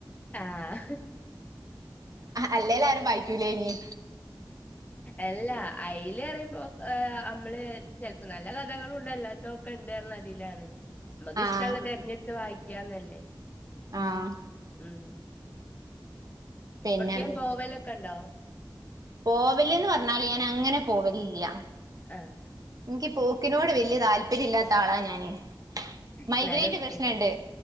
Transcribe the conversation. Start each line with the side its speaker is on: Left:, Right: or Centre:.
Left: ആഹ്
Right: അല്ലേല് ആരും വായിക്കൂലേയ്നി.
Left: എല്ലാ അയ്ല് റയുമ്പോ അമ്മള് ചേലപ്പോ നല്ല കഥകളുണ്ട് അല്ലാത്തത് ഒക്കെ ഇണ്ട് പറയുന്ന തിലാണ്. മ്മക്ക്
Right: ആഹ്
Left: ഇഷ്ടള്ളത് തെരഞ്ഞെടുത്ത് വായിക്കാന്നല്ലേ.
Right: ആഹ്
Left: ഉം.
Right: പിന്നെ
Left: എവ്ട്ക്കേം പോവലൊക്കെ ഇണ്ടോ?
Right: പോവല്ന്ന് പറഞ്ഞാല്, ഞാൻ അങ്ങനെ പോവലില്യ.
Left: ആഹ്
Right: ഇൻകി പോക്കിനോട് വലിയ താല്പര്യം ഇല്ലാത്ത ആളാ ഞാന്. മൈഗ്രൈന്റെ
Left: ഇന്നാലു എവ്ട്കെ
Right: പ്രശ്നണ്ട്